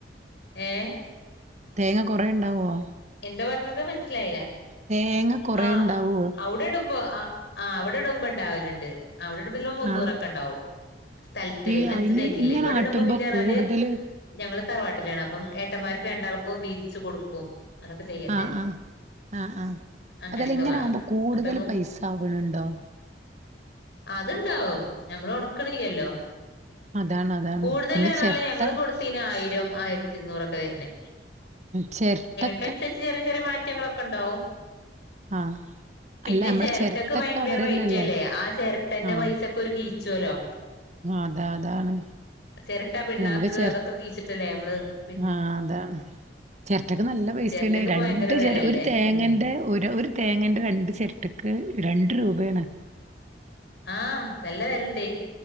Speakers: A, on the left (about 70°); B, on the right (about 40°).
A: ഏ
B: തേങ്ങ കൊറേണ്ടാവ്വോ
A: ന്താ പറഞ്ഞത് മാ സ്ലായില്ല
B: തേങ്ങ കൊറേ
A: ആ
B: ഉണ്ടാവോ
A: അവ്ടെ ഇടുമ്പോ ആ ആ അവിടെട്മ്പണ്ടാവലുണ്ട് അവിടിടുമ്പ ഇത്ൽ മുന്നൂറൊക്കെണ്ടാവും.
B: ആ
A: സ്ഥലത്തില്
B: ഈ
A: അഞ്ച്
B: അയിന്
A: തെങ്ങില്ലെ
B: ഇങ്ങനെ
A: ഇവിടെ
B: ആട്ടുമ്പോ
A: ഇടുമ്പോ പിന്നെറാല്
B: കൂടുതല്
A: ഞങ്ങള് തറവാട്ടിലാണ് അപ്പം ഏട്ടമാര്ക്ക് രണ്ടാൾക്കും വീതിച്ചു കൊടുക്കും അതൊക്കെ ചെയ്യണ്ടേ
B: ആഹ് ആഹ് ആഹ് ആഹ്
A: അങ്ങനെയൊക്കെ
B: അതെല്ല ഇങ്ങനാകുമ്പോ
A: വേണം
B: കൂടുതല്
A: അപ്പൊ
B: പൈസ ആവണൊണ്ടോ
A: അത്ണ്ടാവും ഞമ്മള് ഒണക്കണില്ല്യല്ലോ
B: അതാണ് അതാണ്
A: കൂടുതല്
B: പിന്നെ
A: ഇറാളെ
B: ചിരട്ട
A: ഞങ്ങള് കൊടുത്തീന ആയിരം ആയിരത്തി ഇരുന്നൂറൊക്കെ വരുന്നേ
B: ചേര്ട്ട
A: ക്കെൻസരിച്ച് ചെറിയ ചെറിയ മാറ്റങ്ങളൊക്കെ ഒണ്ടാവും.
B: ആഹ്
A: പിന്നെ,
B: അല്ല നമ്മളെ
A: ചെരട്ടക്ക്
B: ചിരട്ടക്കെ
A: ഭയങ്കര
B: അവരന്നെല്ലേ
A: റേറ്റ് അല്ലേ ആ ചെരട്ടന്റെ
B: ആഹ്
A: പൈസൊക്കെ ഒരു കീ ചോലോ
B: അതാ അതാണ്
A: ചിരട്ട പിണ്ണാക്ക്
B: ഞമ്മക്ക് ചെര്
A: അതൊക്കെ കീച്ചിട്ടല്ലേ നമ്മള് പിന്നെ
B: ആഹ് അതാണ് ചെരട്ടക്ക് നൽ ലപൈസയണ്
A: ചിരട്ടക്ക് ഇപ്പ
B: രണ്ട്
A: ഭയങ്കര വിലയല്ലേ
B: ചെര ഒരു തേങ്ങേന്റെ ഒരു ഒരു തേങ്ങേന്റെ രണ്ട് ചെരട്ടക്ക് രണ്ട് രൂപെയാണ്
A: ആഹ് നല്ല വെല്ലുണ്ട്